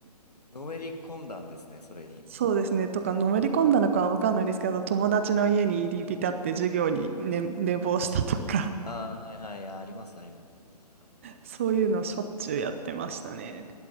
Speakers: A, on the left; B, on the right.
A: のめり込んだんですね、それに。
B: そうですね。とかのめり込んだのかは分かんないですけど友達の家に入り浸って授業に、ね、寝坊したとか
A: ああ、はいはい、あります、あります。あった俺も
B: そういうのしょっちゅうやってましたね。